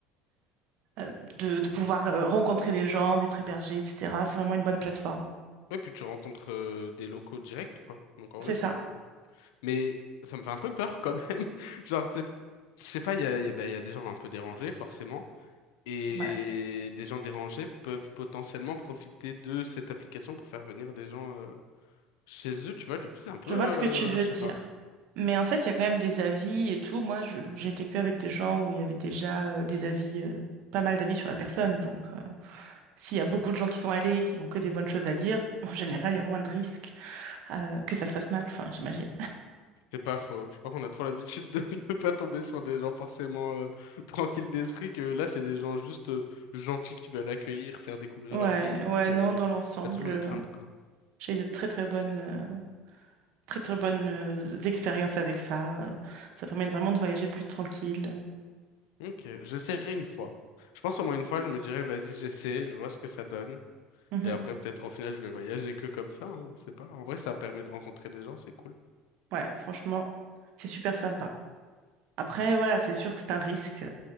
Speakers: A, on the right; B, on the left.
A: euh, de, de pouvoir euh, rencontrer des gens, d'être hébergé, etc. C'est vraiment une bonne plateforme.
B: Ouais, puis tu rencontres euh, des locaux directs, quoi. Donc en
A: C'est
B: vrai c'est
A: ça,
B: cool. Mais ça me fait un peu peur quand même. <laughs> Genre, tu sais, je sais pas, il y a, il y a bah, il y a des gens un peu dérangés forcément. Et
A: ouais.
B: des gens dérangés peuvent potentiellement profiter de cette application pour faire venir des gens euh, chez eux, tu vois. Du coup, c'est un peu,
A: Je vois
B: euh,
A: ce que tu veux
B: je sais
A: dire.
B: pas,
A: Mais en fait, il y a quand même des avis et tout. Moi, je, j'ai été que avec des gens où il y avait déjà euh, des avis, euh, pas mal d'avis sur la personne, donc. euh, S'il y a beaucoup de gens qui sont allés et qui ont que des bonnes choses à dire, en général, il y a moins de risques euh, que ça se passe mal, enfin, j'imagine.
B: c'est pas faux. Je crois qu'on a trop l'habitude de <laughs> ne pas tomber sur des gens forcément euh, <laughs> tranquilles d'esprit, que là, c'est des gens juste euh, gentils qui veulent accueillir, faire découvrir
A: Ouais,
B: leur pays et
A: ouais,
B: tout, mais
A: non, dans l'ensemble,
B: t'as toujours
A: euh,
B: une crainte, quoi.
A: j'ai eu de très très bonnes, euh, très très bonnes euh, expériences avec ça. Euh, Ça permet vraiment de voyager plus tranquille.
B: Ok, j'essaierai une fois. Je pense au moins une fois, je me dirais, vas-y, j'essaie, je vois ce que ça donne.
A: Mhm.
B: Et après, peut-être au final, je vais voyager que comme ça, hein, on sait pas. En vrai, ça permet de rencontrer des gens, c'est cool.
A: Ouais, franchement, c'est super sympa. Après, voilà, c'est sûr que c'est un risque.